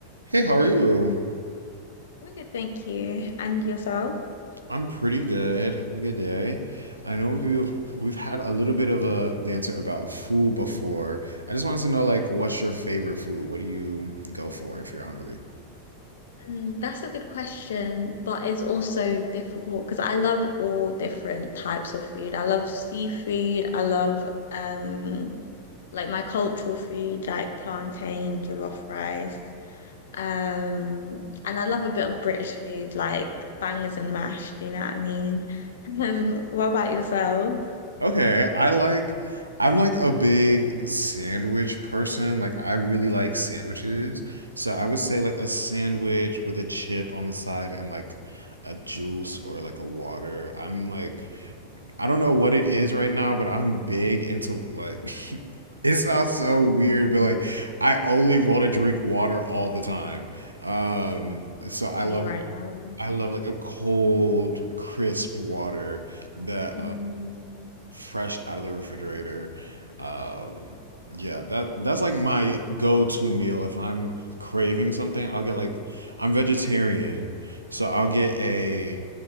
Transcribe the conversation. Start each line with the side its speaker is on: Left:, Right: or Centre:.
Right: Hey, how are you?
Left: I'm good, thank you. And yourself?
Right: I'm pretty good. Having a good day. I know we we've had a little bit of a banter about food before. I just wanted to know like what's your favorite food? What do you go for if you're hungry?
Left: Mm, that's a good question, but it's also difficult because I love all different types of food. I love seafood. I love um like my cultural food, like plantain, jollof rice. Um, and I love a bit of British food, like bangers and mash. Do you know what I mean? <laughs> Um, what about yourself?
Right: Okay, I like I'm like a big sandwich person. Like I really like
Left: Ooh,
Right: sandwiches. So I would say like a sandwich with a chip on the side and like a juice or like a water. I'm like I don't know what it is right now, but I'm big into like <laughs> it sounds so weird, but like I only want to drink water all the time. Um, so I
Left: me
Right: love
Left: right now.
Right: I love like a cold, crisp water that
Left: Mm.
Right: fresh out of the refrigerator. Um, yeah, that that's like my go-to meal if I'm craving something. I'll get like I'm vegetarian, so I'll get a